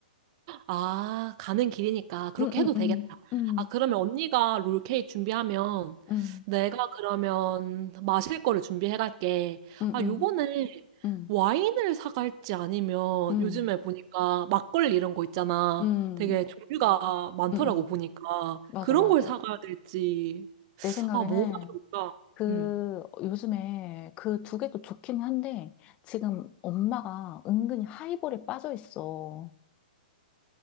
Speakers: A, on the right (about 35°); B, on the left (about 25°).
A: 아, 가는 길이니까 그렇게
B: 음, 음,
A: 해도 되겠다.
B: 음, 음,
A: 아, 그러면 언니가 롤케이크 준비하면
B: 음,
A: 내가 그러면 마실 거를 준비해 갈게.
B: 음,
A: 아, 요번에
B: 음,
A: 와인을 사갈지 아니면
B: 음, 음,
A: 요즘에 보니까 막걸리 이런 거 있잖아.
B: 음,
A: 되게 종류가 많더라고
B: 음.
A: 보니까
B: 맞아,
A: 그런
B: 맞아.
A: 걸 사가야 될지.
B: 내 생각에는
A: 아, 뭐가 좋을까?
B: 그
A: 음,
B: 요즘에 그 두 개도 좋긴 한데 지금 엄마가 은근히 하이볼에 빠져 있어.